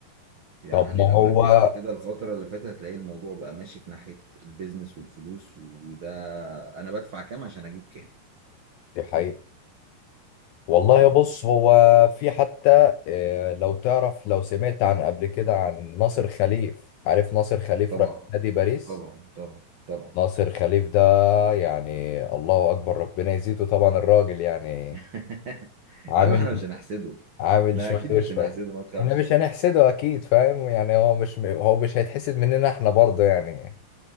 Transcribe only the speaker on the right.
يعني
لو ركزت كده الفترة اللي فاتت هتلاقي الموضوع بقى ماشي في ناحية البيزنس والفلوس وده أنا بدفع كام عشان أجيب كام
طبعا
طبعا طبعا طبعا
<laughs>
أما احنا مش هنحسده
لا
اكيد مش
هنحسده ما تخافش